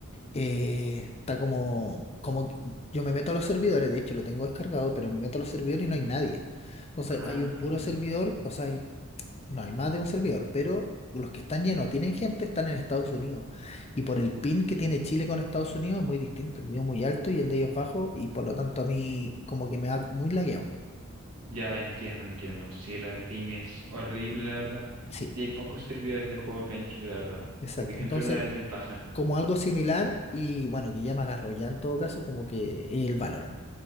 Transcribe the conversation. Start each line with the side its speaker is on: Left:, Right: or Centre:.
Left: eh, está como, como que yo me meto a los servidores, de hecho lo tengo descargado, pero me meto a los servidores y no hay nadie. Entonces
Right: Ah,
Left: hay un puro servidor, o sea, No hay más de un servidor, pero los que están llenos, tienen gente, están en Estados Unidos. Y por el pin que tiene Chile con Estados Unidos es muy distinto. El mío muy alto y el de ellos bajo, y por lo tanto a mí como que me da muy lagueado.
Right: ya entiendo, entiendo. Sí, lo del ping es horrible, la verdad.
Left: Sí,
Right: Y hay pocos servidores de juego acá en Chile, la verdad.
Left: exacto.
Right: Como que siempre
Left: Entonces,
Right: hay una desventaja.
Left: como algo similar, y bueno, que ya me agarró ya en todo caso, como que el Valorant.